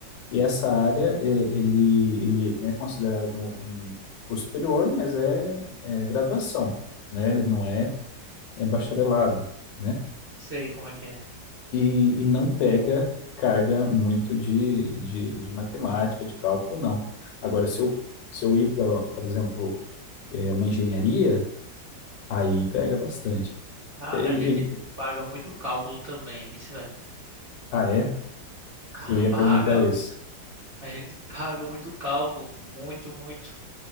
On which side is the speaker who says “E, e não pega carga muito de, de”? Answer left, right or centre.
Left